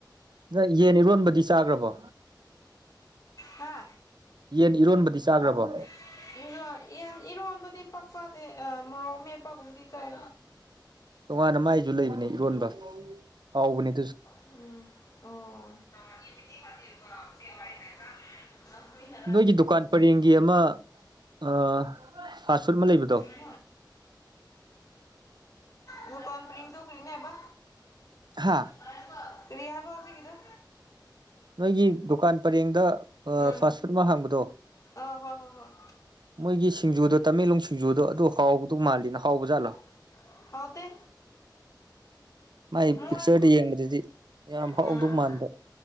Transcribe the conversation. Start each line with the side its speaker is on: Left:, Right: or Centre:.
Right: ꯅꯪ ꯌꯦꯟ ꯏꯔꯣꯟꯕꯗꯤ ꯆꯥꯒ꯭ꯔꯕꯣ
Left: ꯍꯥ
Right: ꯌꯦꯟ ꯏꯔꯣꯟꯕꯗꯤ ꯆꯥꯒ꯭ꯔꯕꯣ
Left: <unintelligible> ꯌꯦꯟ ꯏꯔꯣꯟꯕꯗꯤ ꯄꯥꯛ ꯆꯥꯗꯦ ꯑꯥ ꯃꯣꯔꯣꯛ ꯃꯦꯠꯄꯒꯨꯝꯕꯗꯤ ꯆꯥꯏ
Right: ꯇꯣꯉꯥꯟꯅ ꯃꯥꯏꯖꯨ ꯂꯩꯕꯅꯦ ꯏꯔꯣꯟꯕ ꯍꯥꯎꯕꯅꯦ ꯑꯗꯨꯁꯨ
Left: ꯎꯝ ꯑꯥ <unintelligible>
Right: ꯅꯣꯏꯒꯤ ꯗꯨꯀꯥꯟ ꯄꯔꯦꯡꯒꯤ ꯑꯃꯥ ꯑꯥ ꯐꯥꯁ ꯐꯨꯠ ꯑꯃꯥ ꯂꯩꯕꯗꯣ
Left: <unintelligible> ꯑꯥ ꯗꯨꯀꯥꯟ ꯄꯔꯦꯡꯗꯣ ꯀꯔꯤꯅꯦꯕ
Right: ꯍꯥꯥ
Left: <unintelligible> ꯀꯔꯤ ꯍꯥꯏꯕ ꯍꯧꯖꯤꯛꯀꯤꯗꯣ
Right: ꯅꯣꯏꯒꯤ ꯗꯨꯀꯥꯟ ꯄꯔꯦꯡꯗ ꯑꯥ
Left: ꯎꯝ
Right: ꯐꯥꯁ ꯐꯨꯠ ꯑꯃꯥ ꯍꯥꯡꯕꯗꯣ
Left: ꯑꯥ ꯍꯣꯏ ꯍꯣꯏ ꯍꯣꯏ
Right: ꯃꯣꯏꯒꯤ ꯁꯤꯡꯖꯨꯗꯣ ꯇꯃꯦꯡꯂꯣꯡ ꯁꯤꯡꯖꯨꯗꯣ ꯑꯗꯨ ꯍꯥꯎꯕꯗꯧ ꯃꯥꯜꯂꯤꯅ ꯍꯥꯎꯕꯖꯥꯠꯂꯣ
Left: <unintelligible> ꯍꯥꯎꯇꯦ
Right: ꯃꯥꯥꯏ
Left: ꯃꯣꯏ
Right: ꯄꯤꯛꯆꯔꯗ ꯌꯦꯡꯕꯗꯗꯤ ꯌꯥꯝ ꯍꯥꯎꯗꯧ
Left: ꯎꯝ
Right: ꯃꯥꯟꯕ